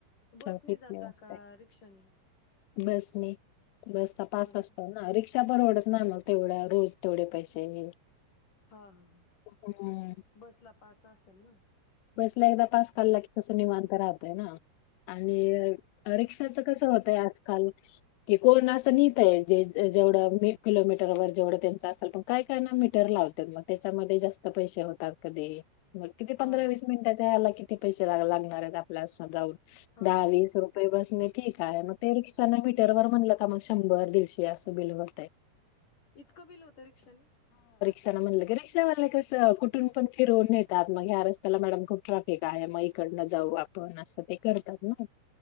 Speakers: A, on the left; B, on the left.
A: ट्रॅफिक
B: बसनी जाता
A: लय असतय
B: का रिक्षानी?
A: बसने बसचा पास
B: बस
A: असतो ना रिक्षा परवडत नाही मग. येवढा रोज तेवढे पैसे हे
B: हा हा
A: हम्म
B: बस ला पास असेल ना?
A: बसला एकदा पास काढला की कसं न निवांत राहतय ना. आणि रिक्षाच कस होतय आजकाल की कोण असं निट आहे जे जेवढं दीड किलोमीटर वर जेवढं त्यांचं असेल पण काय काय ना मीटर लावताआ मग त्याच्यामध्ये जास्त पैसे कधी म किती
B: हा
A: पंधरा, वीस मिनिटच्या याला किती पैसे लागणार आहेत आपल्या
B: हा
A: दहा, वीस रुपये बसणे ठीक आहे मग ते रिक्षाने मीटरवर
B: हम्म
A: म्हणलं का मग शं शंभर दीडशे असं बिल होतंय.
B: इतकं बिल होतं रिक्षानी?
A: चल म्हणलं की रिक्षावाले कसं कुठून पण फिरवून नेतात मग ह्या रस्ता त्याला मॅडम खूप ट्रॅफिक आहे मग इकडन जाऊ आपण असं ते करतात ना.